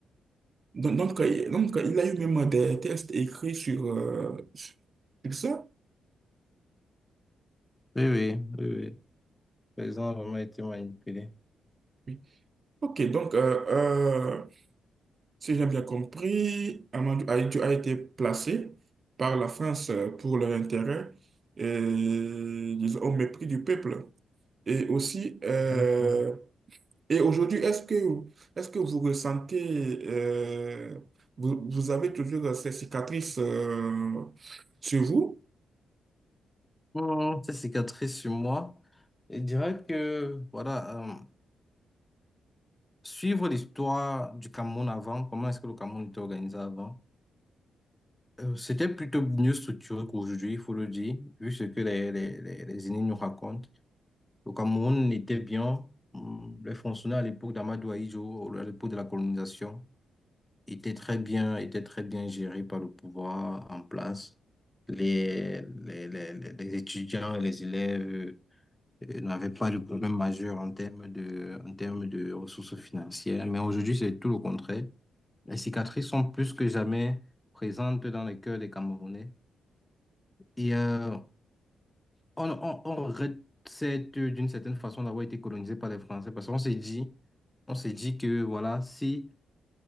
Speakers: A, on the right; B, on the left.
A: Donc, donc, euh, donc, euh, il a eu même euh, des tests écrits sur, euh, sur sur ça.
B: Oui, oui, oui, oui. Le président a vraiment été manipulé.
A: Oui. Ok, donc, euh, euh, si j'ai bien compris, Amadou Ahidjo a été placé par la France euh, pour leur intérêt, et, disons, au mépris du peuple. Et aussi, euh,
B: Exactement.
A: Et aujourd'hui, est-ce que, est-ce que vous ressentez, euh, vous, vous avez toujours ces cicatrices, euh, sur vous?
B: Bon, cette cicatrice sur moi, je dirais que voilà, euh, suivre l'histoire du Cameroun avant, comment est-ce que le Cameroun était organisé avant, euh, c'était plutôt mieux structuré qu'aujourd'hui, il faut le dire, vu ce que les, les, les, les aînés nous racontent. Le Cameroun était bien, hum, les fonctionnaires à l'époque d'Amadou Ahidjo, à l'époque de la colonisation. était très bien, était très bien géré par le pouvoir en place. Les, les, les, les les étudiants et les élèves euh, n'avaient pas de problème majeur en termes de, en termes de ressources financières. Mais aujourd'hui, c'est tout le contraire. Les cicatrices sont plus que jamais présentes dans les cœurs des Camerounais. Et euh, on, on, on regrette cette- d'une certaine façon d'avoir été colonisé par les Français parce qu'on s'est dit, on s'est dit que voilà, si